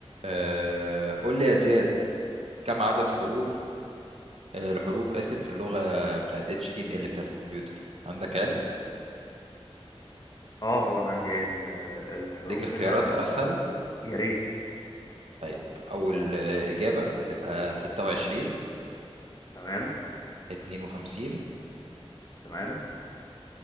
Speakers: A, on the right (about 70°); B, on the left (about 35°).
A: آه، قول لي يا زياد كم عدد حروف آه، الحروف آسف في اللغة بتاعت HTML بتاعت الكمبيوتر عندك علم
B: اه طبعا عندي علم آه، الحروف
A: اديك اختيارات
B: بتاعت
A: أسهل
B: ال... يا ريت
A: طيب أول آه، إجابة تبقى 26
B: تمام
A: 52
B: تمام